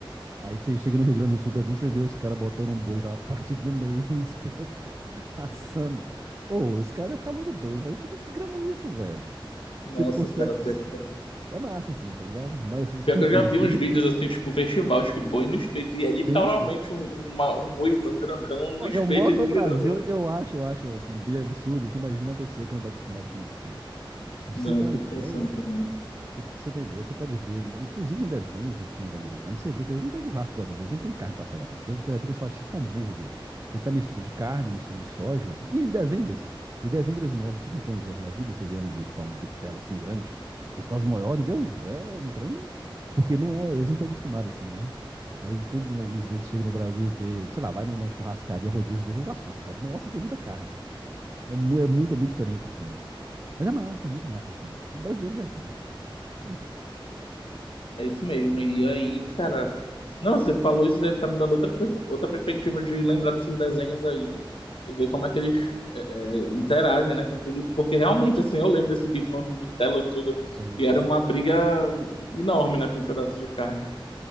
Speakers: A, on the right; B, on the left.
A: Aí você chega no Rio Grande do Sul, por exemplo, você vê os caras botando um boi lá partido no <laughs> meio, no espeto, <laughs> assando. Ô, os caras devem ficar muito doidos. Mas o que que desgrama é isso, velho?
B: Nossa,
A: Você consegue.
B: cara, pior que, é.
A: É massa, assim, tá ligado? Mas essa
B: pior
A: cultura,
B: que eu já vi
A: assim.
B: uns vídeos, assim, tipo, festival de que boi no espeto, e é literalmente
A: Sim, é.
B: um, uma- um boizão grandão no
A: Ó,
B: espeto,
A: Eu moro
B: ele
A: no Brasil,
B: girando lá.
A: eu acho, eu acho, assim, bem absurdo. Você imagina uma pessoa que não tá acostumada com isso, assim. Pra
B: Não,
A: você ter
B: eu
A: uma
B: fico
A: ideia.
B: pensando também.
A: Você, você tem ideia, você pode ver, inclusive em desenhos de filmes americanos, você vê que eles não têm churrasco igual a gente, eles não põem carne pra assar igual a gente, entendeu? Você vai ver que eles fazem tipo um hambúrguer, que ele tá mistura de carne, mistura de soja, de desenho mesmo. De desenho que eles mostram, tipo um Tom e Jerry da vida, você vê um bifão, um bitelo assim grande, eles fazem maior, entendeu? É um trem, porque não é, eles não estão acostumados assim, né? Aí quando alguns deles chegam no Brasil e vê, sei lá, vai numa churrascaria rodízio desses, eles assustam, fala, nossa, isso tem muita carne. É, mu- é muito, é muito diferente assim. Mas é massa, é muito massa assim. E brasileiro já viu, né? Não Tem jeito.
B: É isso mesmo. E aí, cara. Não, você falou isso, ele tá me dando outra, pers- outra perspectiva de lembrar desses desenhos aí e ver como é que eles é, é, interagem, né, com o público. Porque realmente, assim, eu lembro desse bifão de vitela e tudo,
A: Sim.
B: e era uma briga enorme, né, por um pedaço de carne.